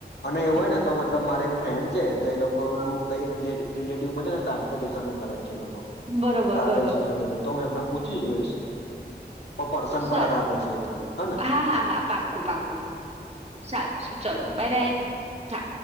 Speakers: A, on the left; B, on the right.
A: અને એવું
B: હા
A: હોય ને તો મતલબ મારે ફ્રેન્ડ છે તો એ લોકોનું
B: હા,
A: કઈ રી <unintelligible> રિલેટીવમાં છે ને ટાન્સપોર્ટેશનનું કરે છે એ લોકો
B: બરોબર
A: ટ્રાવેલ્સ
B: બરોબર
A: ને એવું બધું તો હું એમને પૂ જોઈશ. પર પર્સન
B: સા
A: પર આધાર પછી એ તો હ ને
B: હા હા હા પાકું-પાકું સારું ચલો
A: મળીએ
B: બાય-બાય હા.